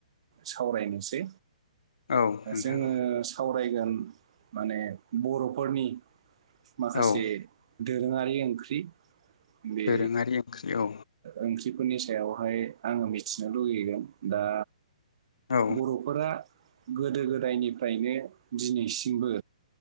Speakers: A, on the right (about 50°); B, on the left (about 65°).
A: सावरायनोसै
B: औ नोंथां
A: जोङो सावरायगोन माने बर'फोरनि माखासे
B: औ
A: दोरोङारि ओंख्रि बे
B: दोरोङारि ओंख्रि औ
A: ओंख्रिफोरनि स सायावहाय आङो मिथिनो लुुबैगोन दा
B: औ
A: बर'फोरा गोदो गोदायनिफ्रायनो दिनैसिमबो